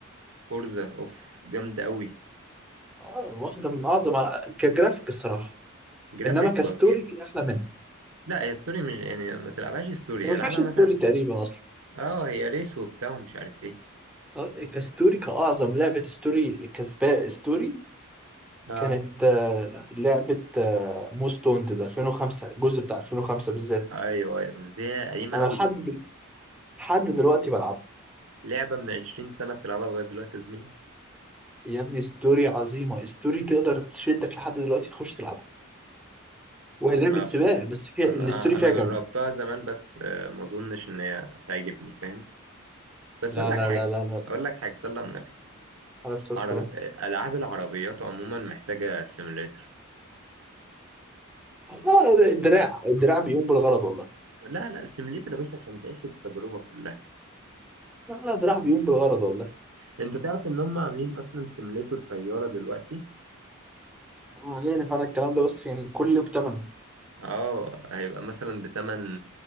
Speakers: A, on the right; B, in the centre.
A: فورزا اوف جامده قوي
B: اه واحدة من أعظم على... كجرافيك الصراحة
A: جرافيك
B: إنما كستوري
A: فظيع
B: في أحلى منها
A: لا هي ستوري مش يعني ما تلعبهاش ستوري
B: يعني ما
A: العبها
B: فيهاش
A: مثلا
B: ستوري تقريبا أصلا
A: اه هي ريس وبتاع ومش عارف ايه
B: آه، كستوري كأعظم لعبة ستوري كسباء ستوري
A: اه
B: كانت آه، لعبة آه، موست وانتد 2005 الجزء بتاع 2005 بالذات
A: ايوه ايوه بس دي قديمه
B: أنا
A: قوي
B: لحد
A: دي
B: دل- لحد دلوقتي بلعبه
A: لعبه من 20 سنه بتلعبها لغايه دلوقتي يا زميلي
B: يا ابني ستوري عظيمه ستوري تقدر تشدك لحد دلوقتي تخش تلعبها وهي لعبه
A: انا
B: سباق
A: بص...
B: بس فيها
A: انا
B: الستوري فيها
A: انا
B: جامده
A: جربتها زمان بس آه، ما اظنش ان هي تعجبني فاهم بس
B: لا
A: اقول لك
B: لا
A: حاجه
B: لا لا لا
A: اقول لك حاجه صلى على النبي
B: عليه الصلاه والسلام
A: عرب... ألعاب العربيات عموما محتاجة سيميليتر
B: آه، الدراع الدراع بيقوم بالغرض والله
A: لا لا سيميليتر يا باشا عشان تعيش التجربة كلها
B: لا لا دراع بيقوم بالغرض والله
A: انت تعرف ان هم عاملين اصلا سيميليتر طيارة دلوقتي
B: آه، عارف انا الكلام ده بس يعني كله بتمنه
A: اه هيبقى مثلا بتمن